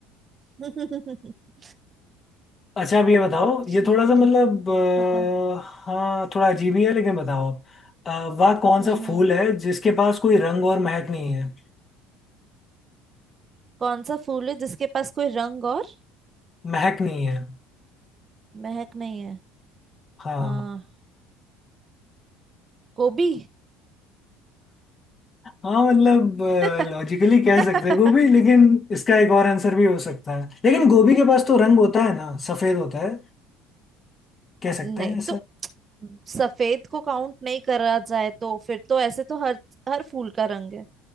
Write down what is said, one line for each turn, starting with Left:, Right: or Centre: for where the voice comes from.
Right: <laughs>
Left: अच्छा अब ये बताओ ये
Right: ठीक
Left: थोड़ा सा मतलब
Right: है
Left: आ,
Right: हाँ
Left: हाँ थोड़ा अजीब ही है लेकिन बताओ आप आ, वह कौन
Right: हम्म
Left: सा
Right: हम्म
Left: फूल है जिसके पास कोई रंग और महक नहीं है
Right: कौन सा फूल है जिसके पास कोई रंग और
Left: महक नहीं है
Right: महक नहीं है
Left: हाँ
Right: आ, गोभी
Left: हाँ मतलब
Right: <laughs>
Left: लॉजिकली कह सकते हैं गोभी लेकिन इसका एक और आंसर भी हो सकता है लेकिन गोभी के पास तो रंग होता है ना सफेद होता है कह सकते
Right: नहीं
Left: हैं
Right: तो सफेद को काउंट नहीं करा जाए तो फिर तो ऐसे तो हर हर फूल का रंग है